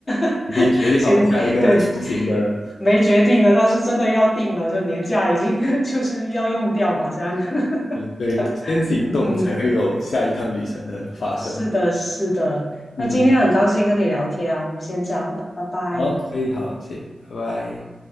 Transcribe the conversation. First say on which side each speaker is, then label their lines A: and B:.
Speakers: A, on the left; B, on the left.
A: <laughs>
B: 已经决定好下一个出行的，
A: 先对，没决定的，但是真的要定了，就年假已经 <laughs> 就是要用掉吧，这样。<laughs>
B: 对对，先行动才会有下一趟旅程的发生。
A: 嗯，是的，是的。那今天很高兴跟你聊天啊，
B: 嗯，
A: 我们先这样了，拜拜。
B: 好，可以，好，谢谢，拜拜。